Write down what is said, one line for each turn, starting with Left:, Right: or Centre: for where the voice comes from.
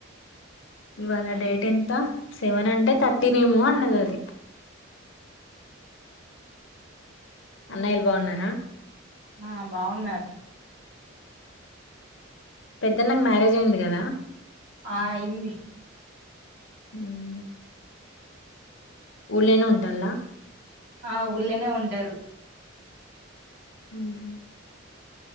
Left: ఇవాళ డేట్ ఎంత సెవెన్ అంటే థర్టీన్ ఏమో అన్నది అది అన్నయిలు బావున్నారా
Right: ఆ బాగున్నారు
Left: పెద్దన్నకు మ్యారేజ్ అయింది కదా
Right: ఆ అయింది
Left: హ్మ్మ్ ఊళ్ళనా ఉంటల్లా
Right: ఆ ఊళ్ళేనే ఉంటారు
Left: హ్మ్మ్